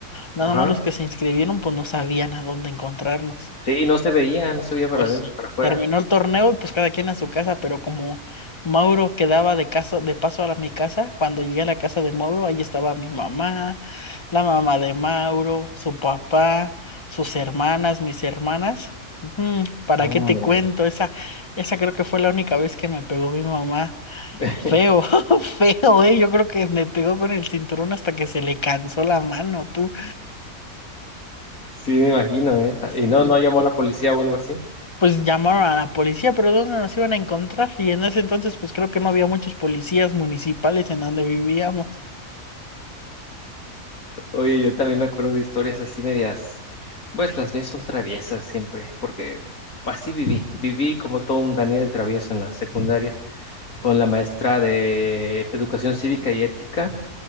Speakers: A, on the left; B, on the left.
A: nada
B: Ajá.
A: más los que se inscribieron pues no sabían a dónde encontrarnos.
B: Sí, no se veía, no se veía para
A: Pues
B: adentro,
A: sí.
B: para afuera.
A: Terminó el torneo y pues cada quien a su casa, pero como Mauro quedaba de casa, de paso a la- mi casa, cuando llegué a la casa de Mauro, ahí estaba mi mamá, la mamá de Mauro, su papá, sus hermanas, mis hermanas. Ujú, ¿Para
B: Hombre.
A: qué te cuento? Esa, esa creo que fue la única vez que me pegó mi mamá.
B: <laughs>
A: Feo, <laughs> feo, eh. Yo creo que me pegó con el cinturón hasta que se le cansó la mano, tú.
B: Sí, me imagino, ¿eh?
A: Sí.
B: Y no, no llamó la policía o algo así.
A: pues llamaron a la policía, pero ¿dónde nos iban a encontrar? Y en ese entonces, pues creo que no había muchos policías municipales en donde vivíamos.
B: Oye, yo también me acuerdo de historias así medias, pues las mías son traviesas siempre, porque así viví, viví como todo un Daniel el travieso en la secundaria, con la maestra de educación cívica y ética,